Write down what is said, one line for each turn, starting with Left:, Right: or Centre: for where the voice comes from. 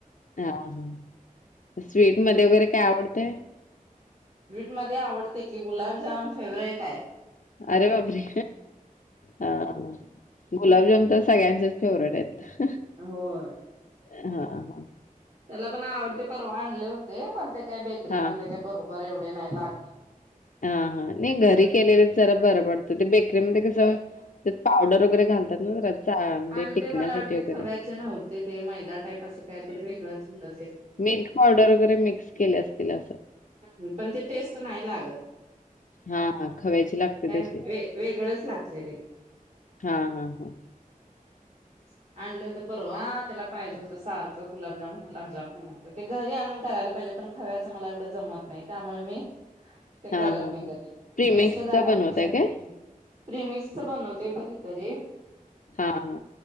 Left: हा हां. स्वीट. मध्ये वगैरे काय आवडतयं.
Right: स्वीट मध्ये आवडतयं की गुलाबजाम फेवरेट हाय.
Left: अरे बापरे हम्म. गुलाबजाम तर सगळ्यांचेच फेवरेट आहेत.
Right: होय.
Left: हा हां.
Right: त्याला पण आवडतेय परवा आणले होते पण ते काय बेकरी
Left: हां.
Right: मला काय बर बरं एवढे नाही लागत.
Left: हा हा नाही घरी केलेलं जरा बरं पडतं ते बेकरीमध्ये कसं त्यात पावडर वगैरे घालतात ना चा म्हणजे
Right: आणि
Left: टिकण्यासाठी
Right: ते मला वाटते
Left: वगैरे.
Right: खव्याचे नव्हते ते मैदा टाईप असं कायतरी वेगळंच होत ते
Left: मिल्क पावडर वगैरे मिक्स केले असतील असं.
Right: ह पण ती टेस्ट नाही लागत. <inaudible>
Left: हा हा खवायची लागते
Right: काय
Left: तशी
Right: वे वेगळंच लागतंय ते.
Left: हा हा हा.
Right: <inaudible> आणलं तर परवा त्याला पाहिजे होतं सारखं गुलाबजाम गुलाबजाम. ते घरी आणून करायला पाहिजे पण खाव्याचं मला एवढं जमत नाही त्यामुळे मी ते
Left: हां,
Right: करत
Left: हां,
Right: नाही
Left: हां.
Right: कधी
Left: प्रीमिक्सचा
Right: वेस्ट जाण्यापेक्षा
Left: बनवताय काय?
Right: प्रिमिक्सच बनवतेय कधीतरी
Left: हां.